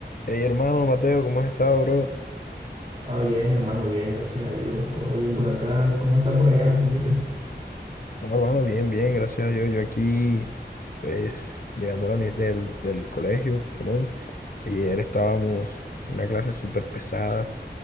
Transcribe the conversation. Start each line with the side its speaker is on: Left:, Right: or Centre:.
Left: Hey, hermano Mateo, ¿cómo has estado, bro?
Right: Ah, bien, hermano, bien, gracias a Dios, todo bien por acá. ¿Cómo está por allá la familia?
Left: No, hermano, bien, bien, gracias a Dios. Yo aquí, pues, llegando a la uni- del, del colegio, perdón. Ayer estábamos en una clase súper pesada